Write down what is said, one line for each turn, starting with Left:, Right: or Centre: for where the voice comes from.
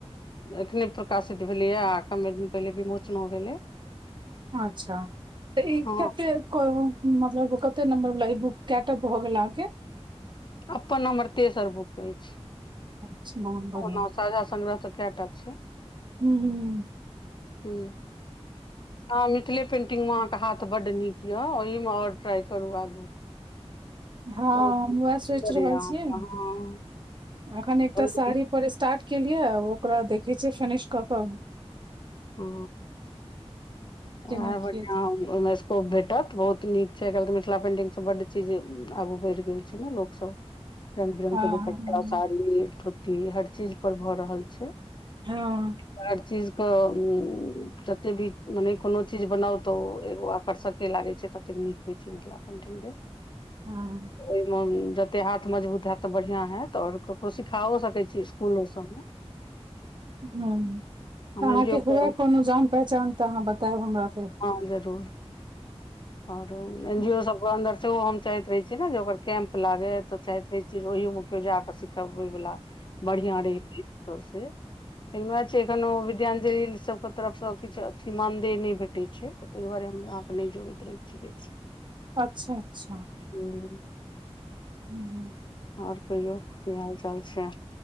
Left: एखने प्रकाशित भेलैये आ कमे दिन पहिले विमोचनो भेलै
Right: अच्छा तऽ ई
Left: हँ
Right: केते को मतलब कते नम्बर बला ई बुक कैटा भऽ गेल अहाॅंके
Left: अपन हमर तेसर बुक अछि।
Right: अच्छा बढ़िआँ
Left: ओना साझा संग्रह तऽ कैटा छै।
Right: हुँ हुँ
Left: हुँ आ मि मिथिले पेन्टिंगमे अहाँके हाथ बड्ड नीक यऽ ओहिमे आओर ट्राइ करू आगू
Right: हँ
Left: बहुत
Right: हम
Left: सुन्दर
Right: वएह सोचि रहल
Left: यए अहाँके
Right: छीयै
Left: हँ
Right: अखन एकटा
Left: ओहि
Right: साड़ी पर स्टार्ट केलियै आब ओकरा देखै छियै फिनिश कऽ के
Left: ओ
Right: केना
Left: उहे बढ़ियाँ
Right: कियै
Left: ओहिमे स्कोप भेटत बहुत नीक छै आइ काल्हि तऽ मिथिला पेन्टिंगसँ बड्ड चीज आगू बढ़ि गेल छै ने लोकसभ रंग बिरंग
Right: हँ
Left: के दुपट्टा साड़ी धोती हर चीज पर भऽ रहल छै। हर
Right: हँ
Left: चीज क उंम्म जते भी मने कोनो चीज बनाउ तऽ ओ एगो आकर्षके लागै छै ततेक नीक होइ छै मिथिला पेन्टिंग के
Right: हँ हँ
Left: ओहिमे जते हाथ मजबूत हैत तऽ बढ़ियाँ हैत आओर ओ सिखाओ सकै छी स्कूलो सब मे
Right: हुँ
Left: हम
Right: तऽ अहाँके
Left: एन जी ओ
Right: हुए
Left: के
Right: कोनो जान पहचान तऽ अहाँ बतायब हमरा फेर
Left: हँ जरूर आओर एनजीयो
Right: हूँ
Left: सबके अंदर ओ हम चाहैत रहै छीयै न जे ओकर कैंप लागै तऽ चाहैत रहै छीयै जे ओहियो मे केओ जा कऽ सीखबय वला बढ़ियाँ रहितै तऽ से लेकिन वैह छै एखनो विद्यांजली सब के तरफ सँ किछु अथी मानदेय नय भेटै छै। तै दुवारे हम अहाँके नय जोड़ैत रहै छी बेसी
Right: अच्छा अच्छा
Left: हुँ।
Right: हू।
Left: ओर कहियौ कि हाल चाल छै